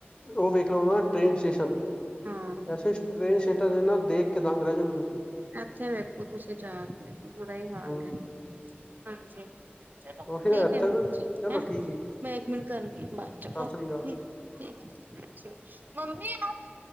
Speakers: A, on the left (about 25°); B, on the right (about 50°).
A: ਉਹ ਵੇਖ ਲਓ ਨਾ ਟ੍ਰੇਨ ਸਟੇਸ਼ਨ
B: ਹਾਂ
A: ਐਸੇ ਸੇਨ ਸੇਟਾਂ <unintelligible> ਨਾ ਦੇਖ ਕੇ ਦੰਗ ਰਹਿ ਜਾਂਗੇ ਤੁਸ
B: ਅੱਛਾ ਵੇਖੋ ਤੁਸੀਂ ਜਾ ਕੇ ਬੂਰਾ ਹੀ ਹਾਲ
A: ਹੂੰ
B: ਹੈ ਹਾਂਜੀ ਚਲੋ
A: ਉਹੀ
B: ਠੀਕ
A: ਇੱਥੇ
B: ਹੈ ਵੀਰ
A: ਤਾਂ
B: ਜੀ
A: ਚਲੋ
B: ਹੈਂ
A: ਠੀਕ ਹੈ ਜੀ
B: ਮੈਂ ਇੱਕ ਮਿੰਟ ਕਰਨੀ ਆ ਬਾਅਦ
A: ਸਤਿ
B: ਚੋ ਕੋ
A: ਸ੍ਰੀ ਅਕਾਲ
B: ਠੀਕ ਮੰਮੀ ਆ <unintelligible>